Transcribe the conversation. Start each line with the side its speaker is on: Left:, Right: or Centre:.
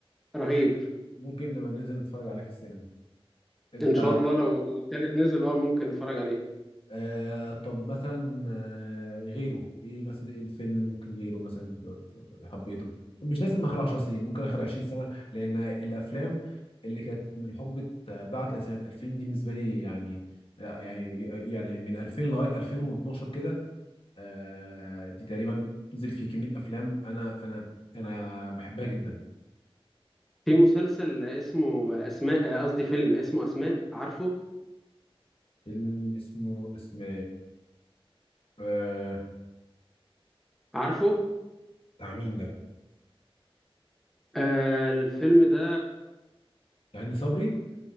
Centre: رهيب
Left: ممكن نبقى ننزل نتفرج عليه في السينما انت
Centre: إن شاء الله لو الثالث نزل أه ممكن نتفرج عليه
Left: آه طب مثلا آه غيره ايه مثلا ايه الفيلم ممكن غيره مثلا حبيته مش لازم اخر 10 سنين ممكن اخر 20 سنه لان الافلام اللي كانت من حقبه آه، بعد سنه 2000 دي بالنسبه لي يعني لا يعني يعني من 2000 لغايه 2012 كده آه دي تقريبا نزل فيه كميه افلام انا انا انا بحبها جدا
Centre: في مسلسل اسمه أسماء قصدي فيلم اسمه أسماء عارفه
Left: فيلم اسمه اسم آه
Centre: عارفه
Left: بتاع مين ده؟
Centre: آه الفيلم ده
Left: بتاع هند صبري؟